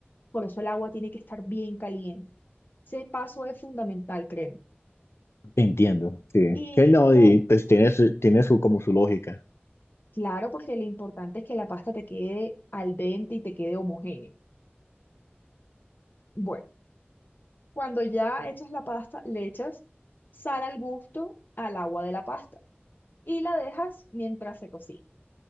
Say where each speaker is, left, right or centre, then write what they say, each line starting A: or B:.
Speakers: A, on the left (about 50°); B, on the left (about 85°).
A: Por eso el agua tiene que estar bien caliente. Ese paso es fundamental, créeme.
B: Entiendo, sí.
A: Y
B: Que no,
A: le,
B: y pues tiene su, tiene su, como su lógica.
A: claro, porque lo importante es que la pasta te quede al dente y te quede homogénea. Bueno. Cuando ya echas la pasta, le echas sal al gusto al agua de la pasta y la dejas mientras se cocina.